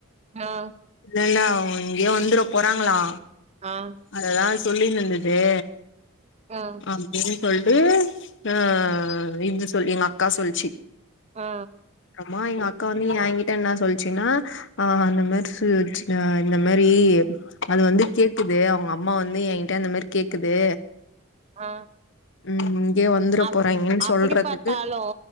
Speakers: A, on the right; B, on the left.
A: ஆ
B: இல்ல இல்ல அவுங்க இங்குயோ வந்துரபோறாங்குளா
A: ஆ
B: அதல்லா சொல்லின்னனிந்துது
A: ஆ
B: அப்டின் சொல்ட்டு அ இது சொல்லி எங் அக்கா சொல்ச்சு
A: ஆ
B: அமா எங்க அக்கா வந்து ஏன்கிட்ட என்ன சொல்ச்சுனா ஆ அந்த மாரி ச்சு வச்க்ங்க இந்த மாரி அது வந்து கேக்குது அவ்ங்க அம்மா வந்து ஏன்கிட்ட இந்த மாரி கேக்குது
A: ஆ
B: ம் ம் இங்யை வந்துற
A: அப்
B: போறாய்ங்கென் சொல்றதுக்கு
A: அப்படி பாத்தாலு